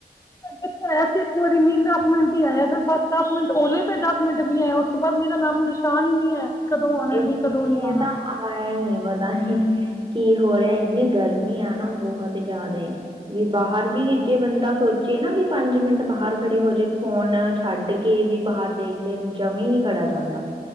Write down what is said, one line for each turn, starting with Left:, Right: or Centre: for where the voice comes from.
Left: ਮੀਂਹ ਆਇਆ ਸੀ ਇੱਕ ਵਾਰੀ ਮੀ ਦਸ ਮਿੰਟ ਹੀ ਆਇਆ ਫਿਰ ਬਸ ਦਸ ਮਿੰਟ ਮੀਂਹ ਓਲੇ ਤੇ ਦਸ ਮਿੰਟ ਨਹੀਂ ਆਇਆ ਉਸ ਤੋਂ ਬਾਅਦ ਮੇਰਾ ਨਾਮ ਨਿਸ਼ਾਨ ਹੀ ਨਹੀਂ ਹੈ ਕਦੋਂ ਆਉਣਾ
Right: ਇੱਥੇ
Left: ਮੀਂਹ ਕਦੋਂ ਨਹੀਂ ਆਉਣਾ
Right: ਤਾਂ ਆਇਆ ਹੀ ਨਹੀਂ ਪਤਾ ਨੀ ਕੀ ਹੋ ਰਿਹਾ ਇੰਨੀ ਗਰਮੀ ਆ ਨਾ ਬਹੁਤ ਜਿਆਦਾ ਵੀ ਬਾਹਰ ਵੀ ਜੇ ਬੰਦਾ ਸੋਚੇ ਨਾ ਵੀ ਪੰਜ ਮਿੰਟ ਬਾਹਰ ਖੜੇ ਹੋ ਜੇ ਫੋਨ ਛੱਡ ਕੇ ਵੀ ਬਾਹਰ ਦੇਖ ਜਮੀ ਹੀ ਨਹੀਂ ਖੜਾ ਜਾਂਦਾ